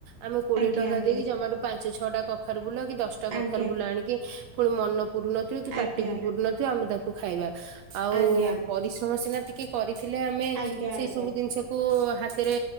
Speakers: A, on the right; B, on the right.
A: ଆମେ କୋଡିଏ
B: ଆଜ୍ଞା
A: ଟଙ୍କା
B: ଆଜ୍ଞା
A: ଦେଇକି ଜମାରୁ ପାଞ୍ଚ ଛଅଟା କଖାରୁ ଫୁଲ କି ଦଶଟା କଖାରୁ
B: ଆଜ୍ଞା
A: ଫୁଲ ଆଣିକି ଫୁଣି ମନ ପୁରୁନଥିବ କି
B: ଆଜ୍ଞା
A: ପାଟି ବି ପୁରୁନ ଆମେ ତାକୁ ଖାଇବା ଆଉ
B: ଆଜ୍ଞା ଆଜ୍ଞା
A: ପରିଶ୍ରମ ସିନା ଟିକେ କରିଥିଲେ ଆମେ
B: ଆଜ୍ଞା
A: ସେଇ ସବୁ ଜିନିଷକୁ ହାତରେ